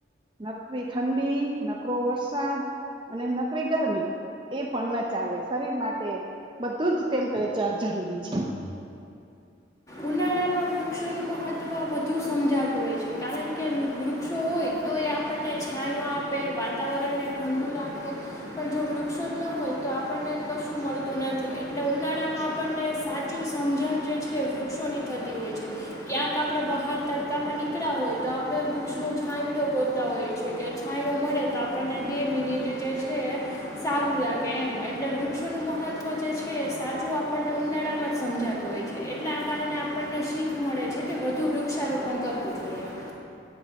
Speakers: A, on the right; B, on the left.
A: નકરી ઠંડી, નકરો વરસાદ અને નકરી ગરમી એ પણ ન ચાલે, શરીર માટે બધું જ ટેમ્પરેચર જરૂરી છે.
B: ઉનાળામાં વૃક્ષોનું મહત્ત્વ વધુ સમજાતું હોય, છે. કારણ કે, વૃક્ષો હોય. તો એ આપણને છામાં, આપે વાત. વાતાવરણને ઠંડુ રાખે. પણ જો, વૃક્ષ હોય, તો આપણને કશું મળતું નથી એટલે હું. <unintelligible> આપણને સાચું સમજણ જે છે વૃક્ષોની થતી હોય છે. ક્યાંક આપણે બહાર તડકામાં નીકળા હોય તો આપણે વૃક્ષનો છાંયડો ગોતતા હોય છે કે છાંયો મળે તો આપણને બે મિનિટ જે છે એ સારું લાગે એમ, એટલે વૃક્ષોનું મહત્ત્વ જે છે એ સાચું આપણને ઉનાળામાં જ સમજાતું હોય છે, એટલે આ કારણે આપણને શીખ મળે છે કે વધુ વૃક્ષારોપણ કરવું જોઈએ.